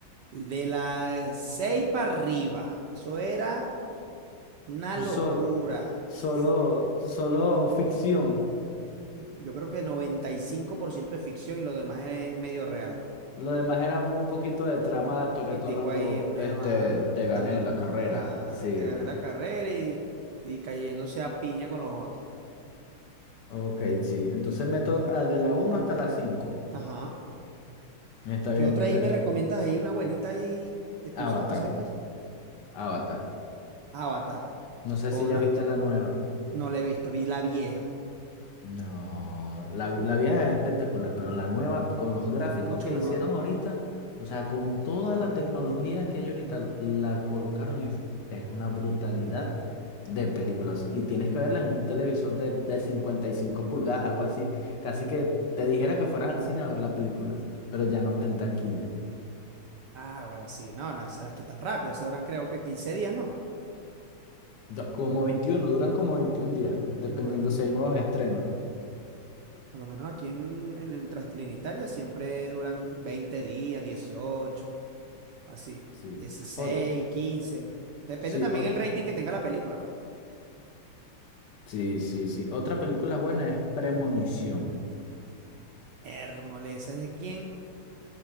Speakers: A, on the right (about 70°); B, on the left (about 65°).
A: De las seis para arriba. Eso era una
B: So-
A: locura.
B: solo,
A: Eso fu-
B: solo ficción.
A: yo creo que 95% es ficción y lo demás es medio real.
B: Lo demás era un poquito de trama de
A: poquitico
B: Toretto hablando,
A: ahí, un menos,
B: este,
A: ajá,
B: te
A: dando,
B: gané la carrera,
A: ajá,
B: sí.
A: te gané la carrera y, y cayéndose a piña con los otros.
B: Ok, sí. Entonces meto ah, de la uno hasta la 5.
A: Ajá.
B: Está
A: ¿Qué
B: bien,
A: otra
B: perfecto.
A: ahí me recomiendas ahí? Una buenita ahí que tú
B: Avatar,
A: se la pasas viendo.
B: Avatar.
A: Avatar.
B: No sé
A: Ponla.
B: si ya viste la nueva.
A: No la he visto, vi la vieja.
B: No, la, la vieja es espectacular, pero la nueva, con los gráficos
A: Es mucho
B: que
A: mejor.
B: hicieron ahorita, o sea, con toda la tecnología que hay ahorita, la colocaron y es una brutalidad de películas. Y tienes que verla en un televisor de, de 55 pulgadas, algo así. Casi que te dijera que fueras al cine a ver la película, pero ya no está en taquilla.
A: Ah, ahora sí. No, no, esas las quitan rápido. Esas duran creo que 15 días, ¿no?
B: Do- Como 21 duran como 21 días, dependiendo
A: No, 20.
B: si hay nuevos estrenos.
A: Por lo menos aquí en, en el Trinitaria siempre duran 20 días, 18 Así,
B: Sí.
A: dieciséis
B: O,
A: quince Depende
B: sí,
A: también
B: o
A: el rating que tenga la película, ¿no?
B: Sí, sí, sí. Otra película buena es Premonición.
A: Hérmoles, ¿es de quién?